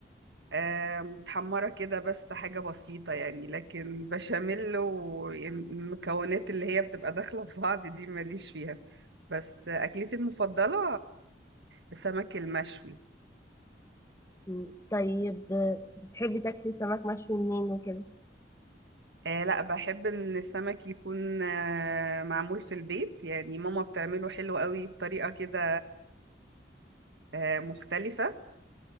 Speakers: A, on the right; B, on the left.
A: آه، متحمرة كده بس حاجة بسيطة يعني لكن بشاميل والمكونات اللي هي بتبقى داخلة في بعض دي ماليش فيها بس آه، أكلتي المفضلة السمك المشوي
B: مم، طيب آه، بتحبي تاكلي سمك مشوي منين وكده
A: آه لا بحب إن السمك يكون آه معمول في البيت يعني ماما بتعمله حلو قوي بطريقة كده آه مختلفة